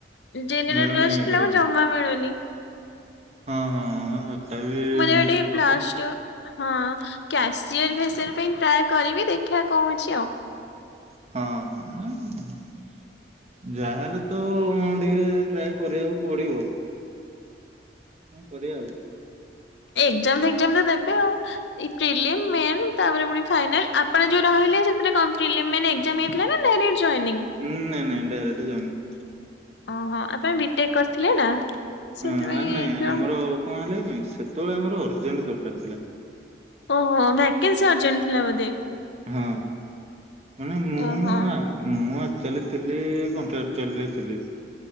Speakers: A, on the left; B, on the right.
A: ଜେନେରାଲ
B: ମିଳୁନି
A: ଲଷ୍ଟ
B: ଏକରେ।
A: ପିଲା ଙ୍କୁ ଜମା ମିଳୁନି।
B: ହଁ ହଁ ସେଟା ବି
A: ମୋର ଗୋଟେ
B: ଠିକ
A: ପ୍ଲସ
B: କଥା।
A: ଟୁ ହଁ କ୍ୟାସିୟର ଫ୍ୟସୀୟର ପାଇଁ ଟ୍ରାଏ କରିବି ଦେଖିବା ହଉଛି ଆଉ।
B: ହଁ। ଯାହାହେଲେ ତ ଟିକେ ଟ୍ରାଏ କରିବାକୁ ପଡିବ। କରିବା ଆଉ।
A: ଏଗଜାମ ଫେକ୍ଜାମ ଟା ଦେବେ ଆଉ। ପ୍ରିଲିମ ମେନ୍ ତାପରେ ଫୁଣି ଫାଇନାଲ ଆପଣ ଯୋଉ ରହିଲେ ସେଥିରେ କଣ ପ୍ରିଲିମ୍ ମେନ୍ ଏକଜାମ୍ ହେଇଥିଲା ନା ଡାଇରେକ୍ଟ ଜଏନିଂ?
B: ହୁଁ ନାଇ ନାଇଁ ଡ଼ାଇରେକ୍ଟ ଜଏନିଙ୍ଗ।
A: ଓହୋ ଆପ ବିଟେକ୍ କରିଥିଲେ ନା
B: ହଁ
A: ସେଥିପାଇଁ
B: ନାଇଁ
A: ଯ
B: ଆମର କଣ ହେଲା କି ସେତେବେଳେ ଆମର ଅର୍ଜେଣ୍ଟ ଦରକାର ଥିଲା।
A: ଓହୋ ଭ୍ୟାକେନ୍ସି ଅର୍ଜେଣ୍ଟ ଥିଲା ବୋଧେ।
B: ହଁ ମାନେ ମୁଁ
A: ଓହୋ
B: ମୁଁ ଆକ୍ଚଲି ଥିଲି କଣ୍ଟ୍ରାକ୍ଚୁଲି ରେ ଥିଲି।